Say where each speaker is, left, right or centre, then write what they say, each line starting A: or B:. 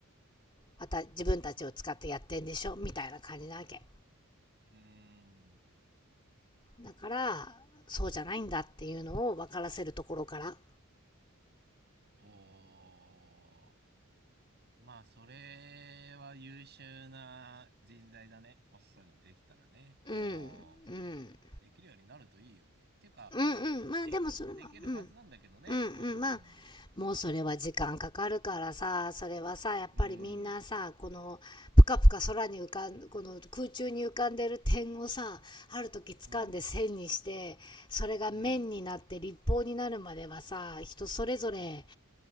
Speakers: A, on the left; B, on the right.
A: また自分たちを使ってやってんでしょみたいな感じなわけ
B: うーん。
A: だからそうじゃないんだっていうのを分からせるところから
B: おー。まあ、それは優秀な人材だね。もしそういうのできたらね。
A: うん、
B: おー。
A: うん。
B: できるようになるといいよね。っていうか、
A: うんうん。まあでもそれは、
B: でき、できるはずなんだけどね。
A: うん。うんうん。
B: うん。
A: まあ、もうそれは時間かかるからさ、それはさ、やっぱりみんなさ、
B: うん。
A: この、ぷかぷか空に浮かん、この空中に浮かんでる点をさ、ある時掴んで線にして、
B: うん。
A: それが面になって立方になるまではさ、
B: うん。
A: 人それぞれ
B: うん